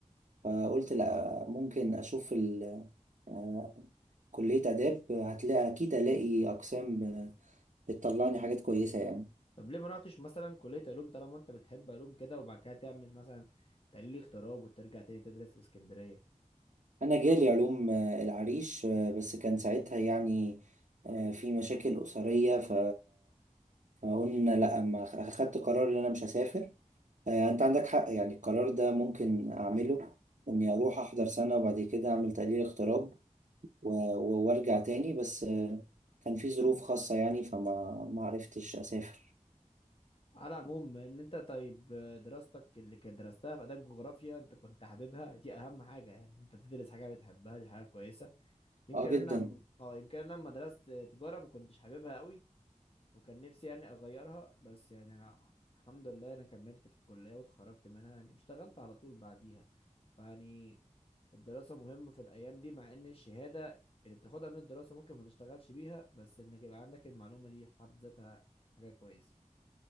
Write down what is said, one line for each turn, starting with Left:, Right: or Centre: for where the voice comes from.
Right: فقلت لا ممكن اشوف ال- آه، كلية آداب هتلاقي أكيد ألاقي أقسام آه، بتطلعني حاجات كويسة يعني
Left: طب ليه ما رحتش مثلا كلية علوم طالما انت بتحب علوم كده وبعد كده تعمل مثلا تحليل اغتراب وترجع تاني تدرس في اسكندرية
Right: أنا جالي علوم آه، العريش آه، بس كان ساعتها يعني آه، في مشاكل أسرية ف... فقلنا لأ ما أخدت قرار إن أنا مش هسافر آه، يعني انت عندك حق يعني القرار ده ممكن اعمله اني اروح احضر سنة وبعد كده اعمل تقليل اغتراب و- و- وارجع تاني بس آه، كان في ظروف خاصة يعني فما ما عرفتش اسافر
Left: على العموم ان انت طيب دراستك اللي كانت درستها في اداب جغرافيا انت كنت حاببها دي اهم حاجة يعني انت تدرس حاجة بتحبها دي حاجة كويسة يمكن
Right: اه
Left: انا
Right: جدا
Left: اه يمكن انا لما درست تجارة ما كنتش حاببها قوي وكان نفسي يعني اغيرها بس يعني أنا- الحمد لله انا كملت في الكليه واتخرجت منها يعني اشتغلت على طول بعديها فيعني الدراسه مهمه في الايام دي مع ان الشهاده اللي بتاخدها من الدراسه ممكن ما تشتغلش بيها بس انك يبقى عندك المعلومه دي في حد ذاتها حاجه كويسه